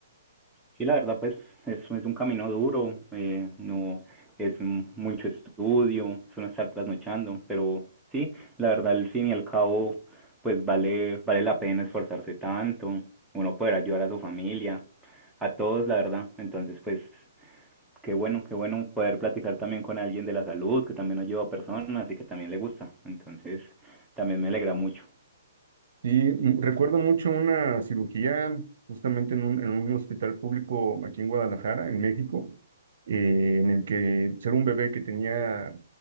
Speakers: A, in the centre; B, on the right.
A: Sí, la verdad, pues es, es un camino duro, eh, no es mucho estudio, es no estar trasnochando, pero sí, la verdad, al fin y al cabo, pues vale, vale la pena esforzarse tanto, uno poder ayudar a su familia, a todos, la verdad. Entonces, pues Qué bueno, qué bueno poder platicar también con alguien de la salud, que también ayuda a personas y que también le gusta. Entonces, también me alegra mucho.
B: Sí, Y mm, recuerdo mucho una cirugía justamente en un, en un hospital público aquí en Guadalajara, en México, eh, en el que era un bebé que tenía,